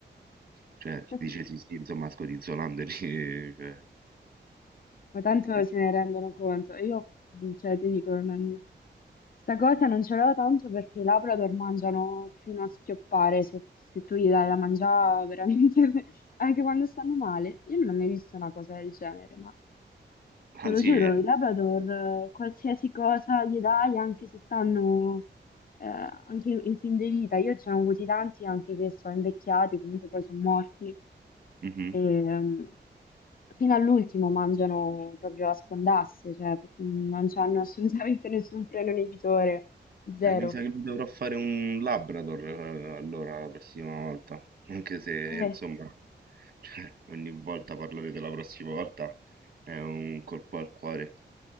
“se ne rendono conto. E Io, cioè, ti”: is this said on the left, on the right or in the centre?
Left